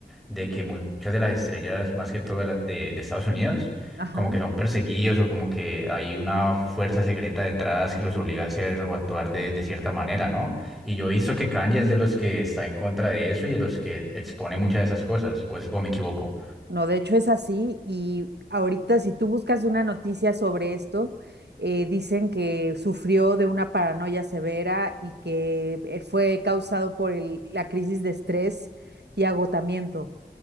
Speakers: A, in the centre; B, on the right (about 85°).
A: de que mu- muchas de las estrellas, más que todo de, la- de de Estados Unidos,
B: Ajá.
A: como que son perseguidos o como que hay una fuerza secreta detrás que los obliga a hacer o actuar de, de cierta manera, ¿no? Y yo he visto que Kanye es de los que está en contra de eso y de los que expone muchas de esas cosas, o, es- o me equivoco.
B: No, de hecho es así y ahorita si tú buscas una noticia sobre esto, eh, dicen que sufrió de una paranoia severa y que eh, fue causado por el- la crisis de estrés y agotamiento